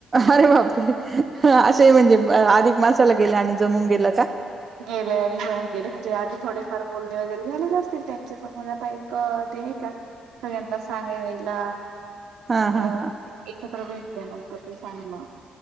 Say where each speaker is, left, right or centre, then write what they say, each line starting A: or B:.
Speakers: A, on the right (about 35°); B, on the right (about 90°).
A: अरे बापरे हं असे म्हणजे आधीक माशाला गेले आणि जमून गेलं का.
B: गेले आणि जमून गेले म्हणजे आधी थोडेफार बोलणे वगैरे झालेलं असतील त्यांच्या मनात आहे का ते नाही का सगळ्यांना सांगायला.
A: हा
B: आ
A: हा हा
B: एकत्र भेटणे त्या नंतरते सांगणं